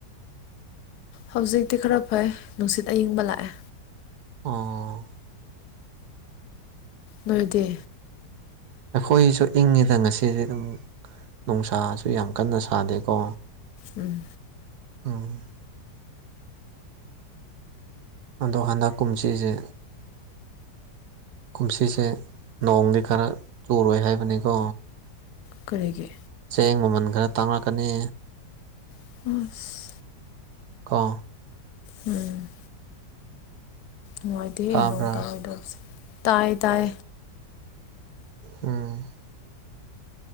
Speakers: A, on the left; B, on the right.
A: ꯍꯧꯖꯤꯛꯇꯤ ꯈꯔ ꯐꯩ ꯅꯨꯡꯁꯤꯠ ꯑꯏꯪꯕ ꯂꯥꯛꯑꯦ
B: ꯑꯣ
A: ꯅꯣꯏꯗꯤ
B: ꯑꯩꯈꯣꯏꯁꯨ ꯏꯪꯉꯤꯗ ꯉꯁꯤꯗꯤ ꯑꯗꯨꯝ ꯅꯨꯡꯁꯥꯁꯨ ꯌꯥꯝ ꯀꯟꯅ ꯁꯥꯗꯦꯀꯣ
A: ꯎꯝ
B: ꯎꯝ ꯑꯗꯣ ꯍꯟꯗꯛ ꯀꯨꯝꯁꯤꯁꯦ ꯀꯨꯝꯁꯤꯁꯦ ꯅꯣꯡꯗꯤ ꯈꯔ ꯆꯨꯔꯣꯏ ꯍꯥꯏꯕꯅꯤꯀꯣ
A: ꯀꯔꯤꯒꯤ
B: ꯆꯦꯡ ꯃꯃꯜ ꯈꯔ ꯇꯥꯡꯉꯛꯀꯅꯤ
A: ꯑꯁ
B: ꯀꯣ
A: ꯎꯝ ꯅꯨꯡꯉꯥꯏꯗꯤ
B: ꯇꯥꯕ꯭ꯔꯥ
A: ꯅꯣꯡꯇꯗꯕꯁꯤ ꯇꯥꯏ ꯇꯥꯏ
B: ꯎꯝ